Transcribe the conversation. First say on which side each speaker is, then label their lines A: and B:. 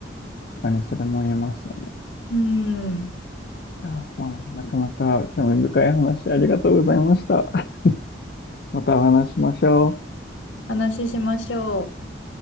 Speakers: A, on the left; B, on the left.
A: 確かにそれも言えますよね。
B: うん、
A: あーまあ、なかなか興味深い話ありがとうございました。<laughs> またお話ししましょう。
B: 話ししましょう。